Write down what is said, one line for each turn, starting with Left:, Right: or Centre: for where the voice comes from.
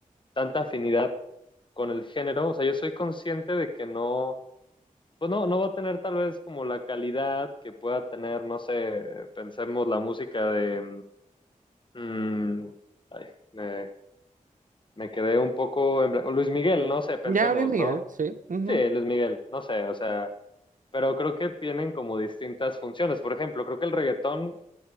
Left: tanta afinidad con el género, o sea, yo soy consciente de que no, pues no, no va a tener tal vez como la calidad que pueda tener, no sé, pensemos la música de... mm, mm, ay, me, me quedé un poco en blanco. Luis Miguel, no sé, pensemos,
Right: Ya, Luis Miguel,
Left: ¿no?
Right: sí. ujú.
Left: Sí, Luis Miguel, no sé, o sea, pero creo que tienen como distintas funciones. Por ejemplo, creo que el reggaetón